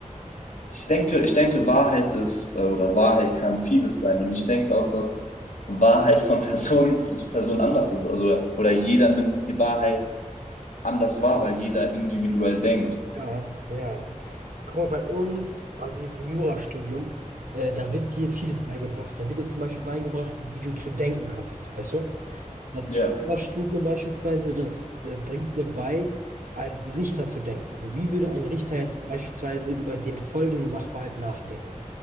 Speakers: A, on the left (about 75°); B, on the right (about 85°).
A: Ich denke, ich denke, Wahrheit ist, äh, oder Wahrheit kann vieles sein. Und ich denke auch, dass Wahrheit von Person <laughs> zu Person anders ist. Also, oder jeder nimmt die Wahrheit anders wahr, weil jeder individuell denkt.
B: Ja, ja. Guck mal, bei uns, also jetzt im Jurastudium, äh, da wird dir vieles beigebracht. Da wird dir zum Beispiel beigebracht, wie du zu denken hast, weißt du? Das
A: Ja.
B: Jurastudium beispielsweise, das äh, bringt dir bei, als Richter zu denken. So, wie würde ein Richter jetzt beispielsweise über den folgenden Sachverhalt nachdenken?